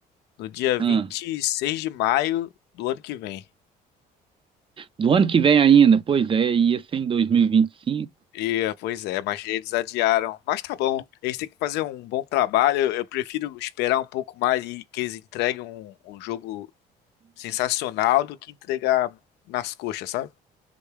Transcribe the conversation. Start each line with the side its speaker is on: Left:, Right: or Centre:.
Left: no dia 26
Right: ah,
Left: de maio do ano que vem.
Right: do ano que vem ainda? Pois é, ia ser em 2025.
Left: E, eh, pois é, mas eles adiaram. Mas tá bom, eles têm que fazer um bom trabalho. Eu, eu prefiro esperar um pouco mais e que eles entreguem um, um jogo sensacional do que entregar nas coxas, sabe?